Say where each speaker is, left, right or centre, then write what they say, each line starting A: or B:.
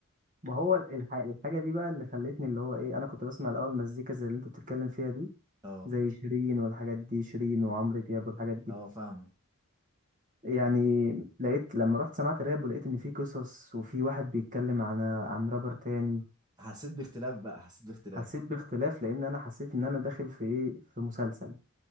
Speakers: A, on the right; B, on the right.
A: ما هو الح... الحاجة دي بقى اللي خلتني اللي هو إيه أنا كنت بسمع الأول مزيكا زي اللي أنت بتتكلم فيها دي
B: اه
A: زي شيرين والحاجات دي شيرين وعمرو دياب والحاجات دي
B: اه فاهمة
A: يعني لقيت لما رحت سمعت راب ولقيت ان في قصص وفي واحد بيتكلم عن عن رابر تاني
B: حسيت باختلاف بقى حسيت باختلاف
A: حسيت باختلاف لان انا حسيت ان انا داخل في ايه في مسلسل